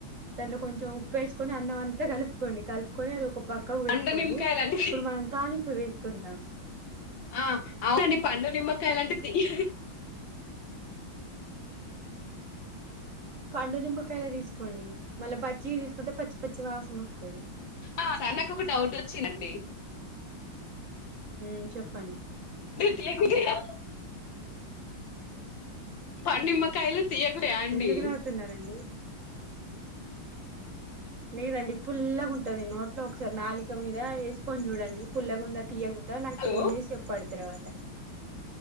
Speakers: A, on the right; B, on the left.
A: తల్లో కొంచెం ఉప అన్నంతా కలుపుకోండి కల్పు కొ పక్కకు పెట్టుకోండి
B: పండు నిమ్మకాయలు అంటే
A: ఇప్పుడు మనం తాలింపు వేసు కుంద
B: ఆ అదండి పండు నిమ్మకాయ లాంటి తీయ
A: ప పాడుునింమాకాయలా తీసు పకోండి మళ్ళీ పచ్చి తీసుకుంటే పచ్చి పచ్చి వాసన వస్తది
B: ఆ సార్ నాకు ఒక డౌట్ వచ్చిందండి
A: ఊ చెప్పండి
B: తీయకుదిగా ప నిమ్మకాయలు తియ్యకు <inaudible> అండి
A: ఎందుకు నవ్వుతున్నారండి లేదండి పుల్లగుంటది నోట్లో ఒకసారి నాలిక మీద ఏసు కొని చూడండి పుల్లగుందా తియ్యగుందా నాకు
B: హలో
A: ఫోన్ చేసి చెప్పడు తర్వాత